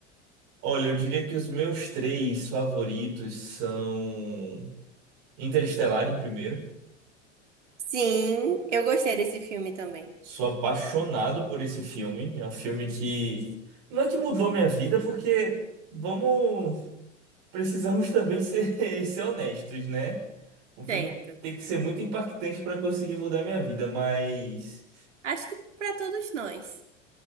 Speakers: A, on the right; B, on the right.
A: Olha, eu diria que os meus três favoritos são Interestelar em primeiro.
B: Sim, eu gostei desse filme também.
A: Sou apaixonado por esse filme. É um filme que não é que mudou minha vida, porque vamos, precisamos também ser, <laughs> ser honestos, né? O filme
B: Certo.
A: tem que ser muito impactante para conseguir mudar minha vida, mas
B: Acho que pra todos nós.